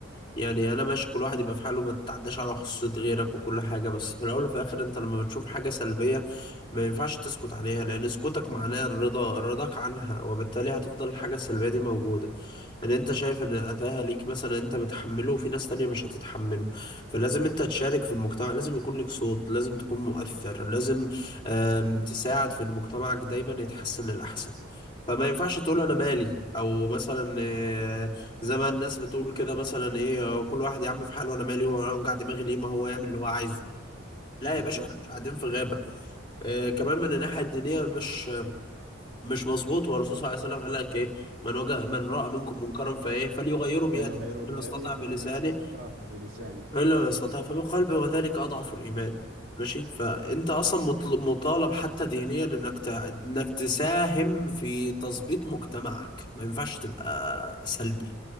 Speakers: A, on the left; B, on the right.
A: يعني انا ماشي كل واحد يبقى في حاله ما تتعداش على خصوصية غيرك وكل حاجة بس في الاول وفي الاخر انت لما بتشوف حاجة سلبية ما ينفعش تسكت عليها لان سكوتك معناه الرضا رضاك عنها وبالتالي هتفضل الحاجة السلبية دي موجودة ان انت شايف ان اذاها ليك مثلا انت بتحمله وفي ناس تانية مش هتتحمله فلازم انت تشارك في المجتمع لازم يكون لك صوت لازم تكون مؤثر لازم آم، تساعد في ان مجتمعك دايما يتحسن للأحسن فما ينفعش تقول انا مالي او مثلا آه، زي ما الناس بتقول كده مثلا ايه آه، كل واحد يا عم في حاله انا مالي هو انا وجع دماغي ليه ما هو يعمل اللي هو عايزه لا
B: بالظبط
A: يا باشا احنا مش قاعدين في غابة آه كمان من الناحية الدينية مش مش مظبوط والرسول صلى الله عليه وسلم قال لك ايه من وجد من رأى منكم منكرا فايه فليغيره بيده
B: فليغيره بيده
A: لما يستطع بلسانه
B: فان لم يستطع فبلسانه
A: فإن لم يستطع فبقلبه وذلك أضعف الإيمان ماشي فانت اصلا مطل- مطالب حتى دينيا انك ت... انك تساهم في تظبيط مجتمعك ما ينفعش تبقى سلبي